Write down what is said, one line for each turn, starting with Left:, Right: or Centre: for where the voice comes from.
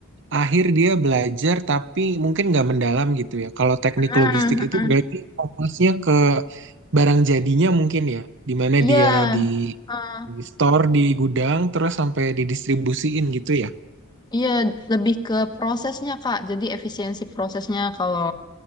Right: akhir dia belajar tapi mungkin nggak mendalam gitu ya. Kalau teknik
Left: mm-mm,
Right: logistik itu
Left: mm-mm.
Right: berarti fokusnya ke barang jadinya mungkin ya, di mana
Left: Iya.
Right: dia di,
Left: eh,
Right: di store di gudang terus sampai didistribusiin gitu ya.
Left: Iya, lebih ke prosesnya, Kak. Jadi efisiensi prosesnya kalau